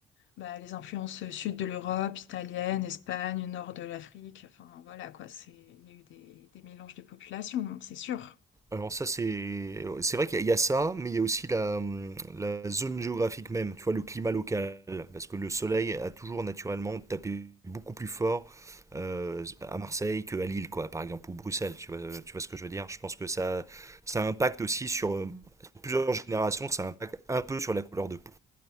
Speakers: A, on the left; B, on the right.
A: bah, les influences euh, sud de l'Europe, italienne, Espagne, nord de l'Afrique. Enfin voilà quoi, c'est il y a eu des, des mélanges de populations, hein, c'est sûr.
B: Alors ça c'est c'est vrai qu'il y, a il y a ça, mais il y a aussi la, la zone géographique même, tu vois, le climat local, parce que le soleil a toujours naturellement tapé beaucoup plus fort euh, à Marseille qu'à Lille, quoi, par exemple, ou Bruxelles, tu vois, tu vois ce que je veux dire? Je pense que ça, ça impacte aussi sur, euh, sur plusieurs générations, ça impacte un peu sur la couleur de peau,